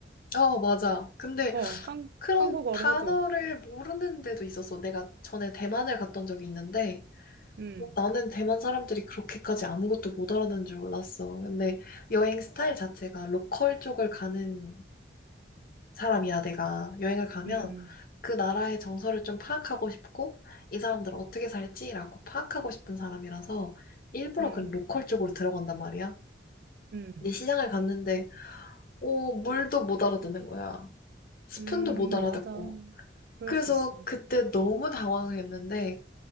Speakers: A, on the left; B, on the right.
A: 어, 맞아. 근데
B: 어, 한
A: 그런
B: 한국어로
A: 단어를
B: 해도.
A: 모르는 데도 있었어. 내가 전에 대만을 갔던 적이 있는데,
B: 음.
A: 뭐 나는 대만 사람들이 그렇게까지 아무것도 못 알아듣는 줄 몰랐어. 근데 여행 스타일 자체가 로컬 쪽을 가는 사람이야, 내가. 여행을 가면
B: 음.
A: 그 나라의 정서를 좀 파악하고 싶고, 이 사람들 어떻게 살지라고 파악하고 싶은 사람이라서 일부러
B: 음.
A: 그 로컬 쪽으로 들어간단 말이야.
B: 음.
A: 근데 시장을 갔는데, 오, 물도 못 알아듣는 거야. 스푼도
B: 음,
A: 못 알아듣고.
B: 음, 맞아. 그럴
A: 그래서
B: 수 있어.
A: 그때 너무 당황했는데,